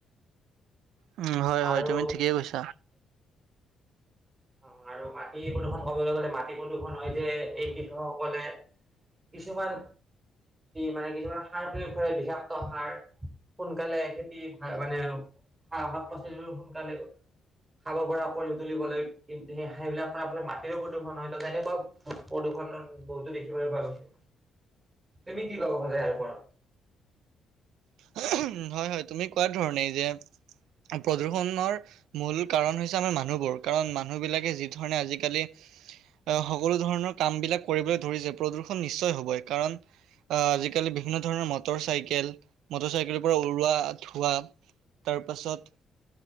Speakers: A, on the right; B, on the right.
A: উম, হয়,
B: আৰু
A: হয় তুমি ঠিকেই কৈছা।
B: অ আৰু মাটি প্ৰদূষন কবলৈ গলে মাটি প্ৰদূষন হয় যে এই কৃষকসকলে কিছুমান মানে কিছুমান সাৰ প্ৰয়োগ কৰে বিশা ক্ত সাৰ, সোনকালে খেতি ভা মানে শা শাক-পাচলিবোৰ সোনকালে খাব পৰা কৰি তুলিবলৈ কিন্তু সে সেইবিলাক কৰা ফলত মাটিৰো প্ৰদূষণ হয়, ত' তেনেকুৱা প্ৰদূষণৰ বহুতো দেখিবলৈ পোৱা গৈছে তুমি কি ক'ব খোজা ইয়াৰ ওপৰত।
A: অহম হয়, হয়, তুমি কোৱাৰ ধৰণেই যে, প্ৰদূষণৰ মূল কাৰণ হৈছে আমাৰ মানুহবোৰ কাৰণ, মানুহ বিলাকে যি ধৰণে আজিকালি আহ সকলো ধৰণৰ কাম বিলাক কৰিবলৈ ধৰিছে প্ৰদূষণ নিশ্চয় হ'বই, কাৰণ আহ আজিকালি বিভিন্ন ধৰণৰ মটৰ চাইকেল। মটৰ চাইকেলৰ পৰা উৰুৱা ধোৱা, তাৰ পাছত